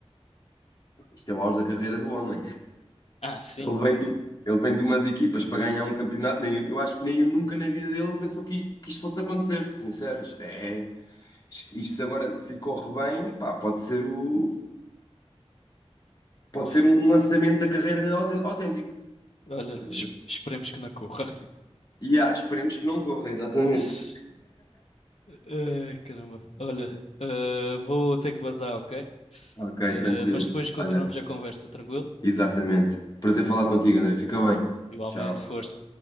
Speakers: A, on the left (about 40°); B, on the left (about 75°).
A: Isto é o auge da carreira do homem.
B: Ah, sim,
A: Ele
B: claro.
A: vem do- ele vem de umas equipas para ganhar um campeonato. Nem, eu acho que nem nunca na vida dele pensou que, que isto fosse acontecer. Sincero, isto é. Isto, isto agora, se lhe corre bem, pá, pode ser o, pode
B: Se-
A: ser um, um lançamento da carreira dele autên- autêntico.
B: Olha,
A: Estás a
B: es-
A: ver?
B: esperemos que não corra.
A: E ah, esperemos que não corra, exatamente.
B: <laughs> Ai, caramba. Olha, eh, vou ter que bazar, ok?
A: Ok,
B: Eh,
A: tranquilo.
B: mas depois continuamos
A: Olha,
B: a conversa, tranquilo?
A: exatamente. Prazer falar contigo, André. Fica bem.
B: Igualmente,
A: Tchau.
B: força.